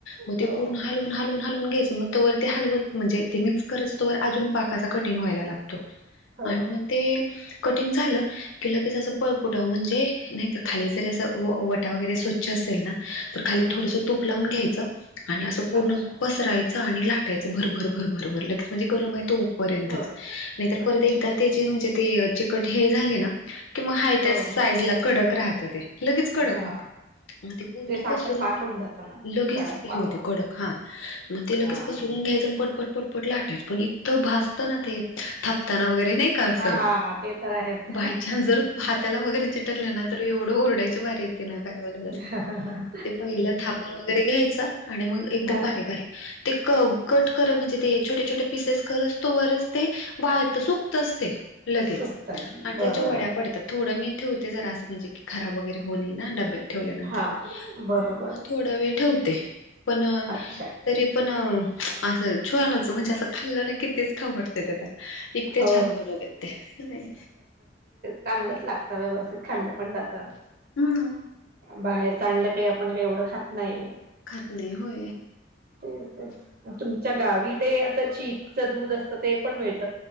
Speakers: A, on the left; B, on the right.
A: मग
B: हो
A: ते पूर्ण हलवून, हलवून हलवून घ्यायं मग त ते हलवत म्हणजे ते मिकस करत तवर अजून पाकाचा कठीण व्हायला लागत
B: हो
A: आणि मग ते कठीण झालं कि ल कीच असं प पुटाव म्हणजे नाहीत खाली जरी असं व वटा वगैरे स्वच्छ असेल ना तर खाली
B: हा
A: थोडसं तूप लावून घ्यायचं आणि असं पूर्ण
B: अच्छा
A: पसरायचं आणि लाटायचं भर, भर, भर, भर लेच म्हणजे गरम आहे तोपर्यंतच
B: बर
A: नाहीर परत
B: अच्छा
A: एकदा तेे म्हणजे ते चिकट हे झाली ना कि मग हा त्या
B: हो
A: साईज
B: मग
A: ला कडक राहत ते लगेच कडक
B: हा
A: होते मग ते पूर्ण
B: साखर
A: पसरून
B: पाकून जात ना
A: लगेच
B: कडक
A: हे
B: पाक
A: होते
B: होत
A: कडक हा मग ते लगेच
B: हा
A: पसरून घ्यायचं आणि पटपट पटपट ला आटायचं पण तो भासतो ना ते थापताना वगैरे नाही का असं
B: हा ते तर आहेच
A: बाय न्स जर हाताला वगैरे चिटकले ना तर एवढं ओरडायची वारी येते ना काय वला सांग
B: हा ह हा
A: ते पहिलं थापून वगैरे घ्यायचं आणि मग एकदम
B: हा
A: बारी बारीक ते क कट
B: अच्छा
A: करत म्हणजे ते छोटे छट पिसेस ख तोच ते वाळत सुकतच ते लगेच
B: सुपतन
A: आणि
B: बरोबर
A: त्याच्या वड्या पडत थोडं मी - ठेवते जरा असं म्हजे की खराब वगैरे होऊ नये ना डब्यात ठेवल्यानंतर
B: हा
A: म्हणून
B: बरोबर
A: मग थोडा वेळ ठेवते पण
B: अच्छा
A: तरी पण असं ूनच म्हणजे असं खाल्लं ना कितीच खावडते त्या इतके
B: हो
A: छान बनवतात ते नाही.
B: चांगलच लागतं व्यवस्थित खाल्लं पण जात,
A: हम्म
B: बाहेरच आणलं काही आपण काही एवढं खात नाही.
A: खात नाही होय
B: तेच, तेच तुमच्या गावी ते असं ची दूध असतं ते पण मिळत